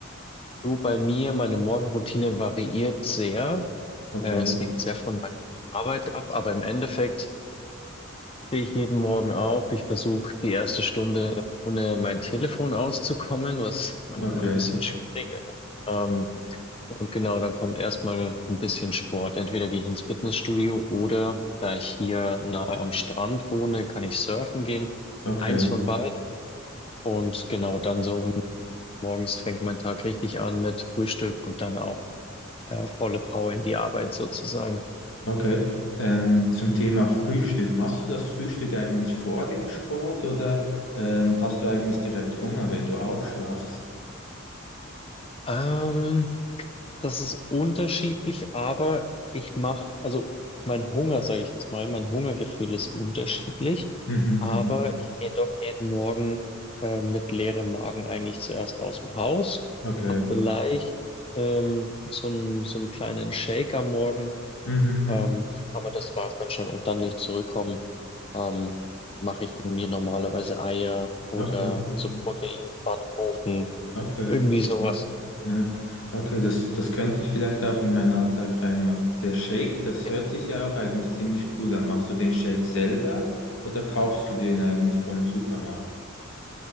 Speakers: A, on the left; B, on the left.
A: Du, bei mir, meine Morgenroutine variiert sehr.
B: Okay,
A: Äh, es hängt sehr von meiner Arbeit ab, aber im Endeffekt stehe ich jeden Morgen auf. Ich versuche die erste Stunde ohne mein Telefon auszukommen, was manchmal
B: okay,
A: ein bisschen schwieriger ist. Ähm, und genau, dann kommt erstmal ein bisschen Sport. Entweder gehe ich ins Fitnessstudio oder da ich hier nahe am Strand wohne, kann ich surfen gehen.
B: okay,
A: Eins von beiden. Und genau, dann so morgens fängt mein Tag richtig an mit Frühstück und dann auch. äh, volle Power in die Arbeit sozusagen.
B: okay. Ähm, zum Thema Frühstück. Machst du das Frühstück eigentlich vor dem Sport oder ähm, hast du eigentlich direkt Hunger, wenn du aufschwachst?
A: Ähm, das ist unterschiedlich, aber ich mache, also mein Hunger, sage ich jetzt mal, mein Hungergefühl ist unterschiedlich,
B: Mhm,
A: aber
B: mhm.
A: ich gehe doch jeden Morgen äh, mit leerem Magen eigentlich zuerst aus dem Haus,
B: Okay.
A: hab vielleicht ähm, so einen, so einen kleinen Shake am Morgen,
B: Mhm,
A: ähm,
B: mhm.
A: aber das war's dann schon. Und dann, wenn ich zurückkomme, ähm, mache ich mir normalerweise Eier oder
B: Okay,
A: so
B: okay,
A: Proteinpfannkuchen
B: okay,
A: Irgendwie
B: okay.
A: sowas.
B: Ne? Okay, das, das könnte ich vielleicht auch in meinen Alltag reinmachen. Der Shake, das
A: Ja.
B: hört sich ja auch eigentlich ziemlich cool an. Machst du den Shake selber oder kaufst du den eigentlich vom Supermarkt?